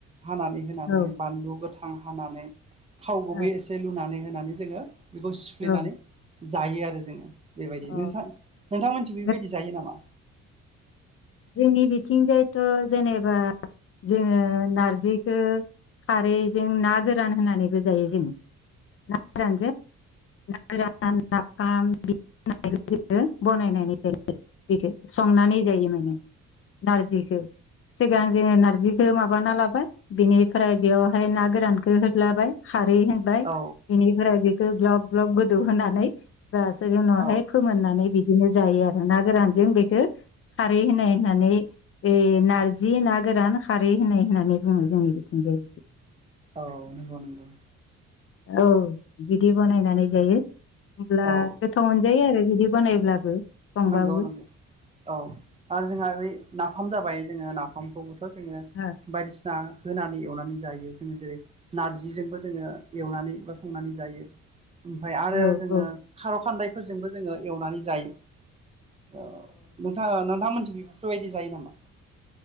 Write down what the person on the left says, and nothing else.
ओ
औ
औ ओ
औ
औ
अ
जोंनि बिथिंजायथ' जेनेबा जोङो नारजि- खो खारैजों ना गोरान होनानैबो जायो जों। ना गोरानजो। ना गोरान नाफाम बिदि होननानैबो जोङो बनायनानै जायो। बेखो संनानै जायो माने। नारजिखौ सिगां जोङो नारजिखौ माबाना लाबाय। बे निफ्राय बेवहाय ना गोरानखौ होदलाबाय खारै होबाय
बेनिफ्राय बेखौ ग्लब ग्लब गोदौ होनानै <unintelligible> बे उनावहाय
फोमोननानै बिदिनो जायो आरो ना गोरानजों बेखौ खारै होनाय होननानै ओ नारजि ना गोरान खारै होननाय होननानै बुङो जोंनि बिथिंजाय बेखौ।
औ बिदि बनायनानै जायो। होमब्ला
गोथाव मोनजायो आरो बिदि बानायब्लाबो। संबाबो
ओ
ओ
ओ औ